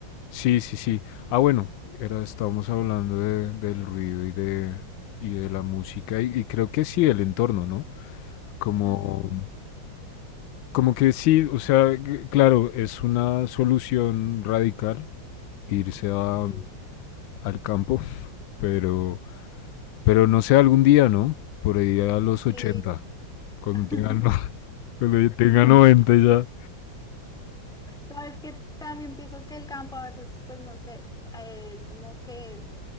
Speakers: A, on the left; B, in the centre.
A: sí, sí, sí. Ah, bueno, era, estábamos hablando de, del ruido y de, y de la música y, y creo que sí, el entorno, ¿no? Como,
B: Ujú.
A: como que sí, o sea, g- claro, es una solución radical irse a-
B: Sí.
A: al campo, <laughs> pero... Pero no sé, algún día, ¿no? Por ahí a los 80,
B: Sí.
A: cuando
B: <laughs>
A: tengan, no- <laughs> cuando yo tenga 90 ya.
B: Sabes que también pienso que el campo a veces, pues no sé, eh, es como que,